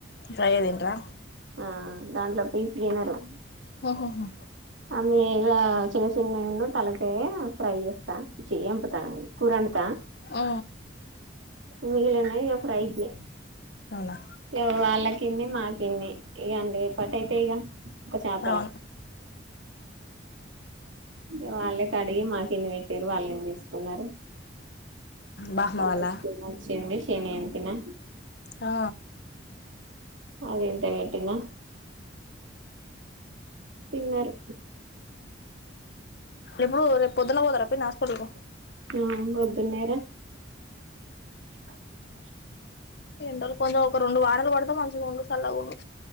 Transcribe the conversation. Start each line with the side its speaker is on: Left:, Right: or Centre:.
Left: ఫ్రై ఏ తింటారా
Right: ఆ దాంట్లో పీస్ తినరు
Left: హా హా హా
Right: ఆ మీద చిన్న చిన్న యున్ను తలకాయ ఫ్రై చేస్తా ఏంపుతా కూరండుతా
Left: ఆ
Right: మిగిలినవి ఇగ ఫ్రైకి
Left: అవునా
Right: ఇగ వాళ్ళకి కిన్ని మాకిన్ని ఇగ అండ్ల ఏపాటి అయితయి ఇగ ఒక చాపల
Left: అవును
Right: ఇగ వాళ్ళే కడిగి మాకు ఇన్ని వెట్టిర్రు వాళ్ళేం తీసుకున్నారు.
Left: బామ్మ
Right: అండ్ల
Left: వాళ్ళ
Right: షని అచ్చింది షన ఎంపినా
Left: ఆ
Right: అది ఇంత పెట్టినా తిన్నరు
Left: ఎప్పుడు రేపు పొద్దున పోతర పిన్ని హాస్పిటల్ కు
Right: ఊ పోద్దున్నేర అ
Left: ఎండలు కొంచెం ఒక రెండు వారాలు కోడితే మంచిగా ఉండు చల్లగా ఉండు